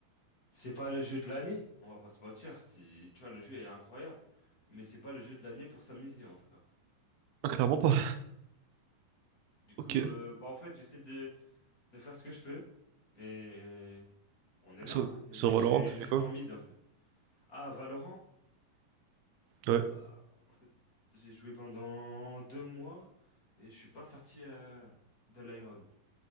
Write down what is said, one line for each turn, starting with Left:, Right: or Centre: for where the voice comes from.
Left: C'est pas le jeu de l'année, on va pas se mentir. c'est- Tu vois, le jeu est incroyable, mais c'est pas le jeu de l'année pour s'amuser en tout cas.
Right: Ah, clairement pas.
Left: Du coup,
Right: Ok.
Left: euh, bah en fait, j'essaie de, de faire ce que je peux et on est là.
Right: Sur,
Left: hein, et
Right: sur
Left: je
Right: Valorant,
Left: suis,
Right: t'as
Left: je
Right: fini
Left: joue
Right: quoi?
Left: en mid un peu. Ah, Valorant?
Right: Ouais.
Left: Bah, en fait, j'ai joué pendant deux mois et je suis pas sorti euh, de l'Iron.